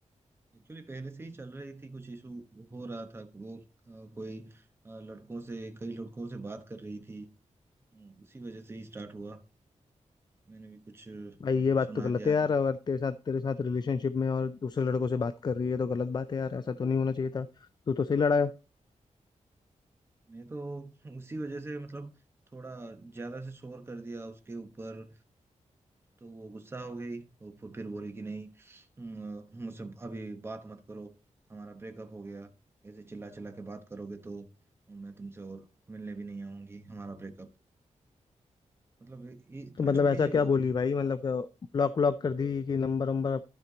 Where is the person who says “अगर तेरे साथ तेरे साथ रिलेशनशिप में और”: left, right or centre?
Left